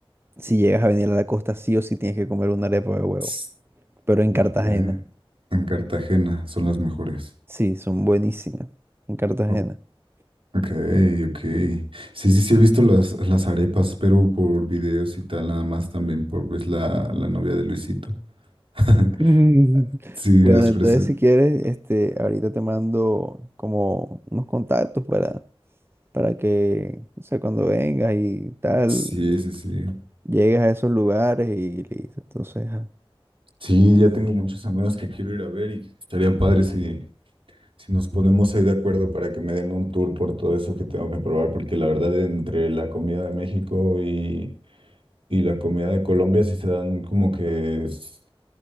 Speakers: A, on the right; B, on the right.
A: si llegas a venir a la costa, sí o sí tienes que comer una arepa de huevo.
B: Tss.
A: Pero en
B: Ok.
A: Cartagena.
B: En Cartagena son las mejores.
A: Sí, son buenísimas. En Cartagena.
B: O-
A: <laughs>
B: Ok, ok. Sí, sí, sí, he visto las, las arepas, pero por videos y tal, nada más también por pues, la, la novia de Luisito. <laughs>
A: Mm.
B: Sí,
A: Bueno,
B: las
A: entonces
B: presento.
A: si quieres, este, ahorita te mando como unos contactos para, para que, o sea, cuando vengas y tal,
B: Sí, sí, sí.
A: llegues a esos lugares y listo. Entonces, ajá.
B: Sí, ya tengo muchos amigos que quiero ir a ver y estaría padre si, si nos ponemos ahí de acuerdo para que me den un tour por todo eso que tengo que probar, porque la verdad entre la comida de México y, y la comida de Colombia sí se dan como que s-